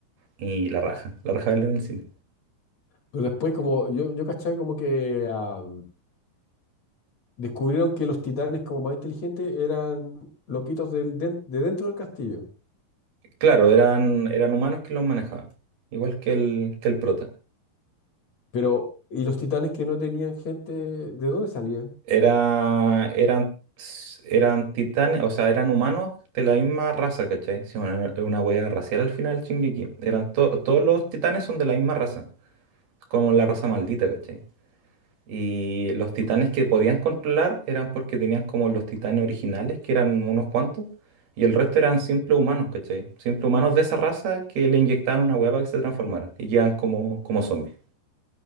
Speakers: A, on the right; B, on the left.
A: Y la raja, la raja verla en el cine.
B: Pero después como, yo, yo caché como que... ah, descubrieron que los titanes como más inteligentes eran loquitos del- den- de, dentro del castillo.
A: Claro, eran, eran humanos que los manejaban, igual que el, que el prota.
B: Pero, ¿y los titanes que no tenían gente, de dónde salían?
A: Era, eran, eran titanes, o sea, eran humanos de la misma raza, ¿cachai? Sí, bueno, es una hueá racial al final, el Shingeki. Eran to- todos los titanes son de la misma raza, como la raza maldita, ¿cachai? Y los titanes que podían controlar eran porque tenían como los titanes originales, que eran unos cuantos, y el resto eran simples humanos, ¿cachai? Simples humanos de esa raza que le inyectaban una hueá para que se transformaran y quedan como, como zombies.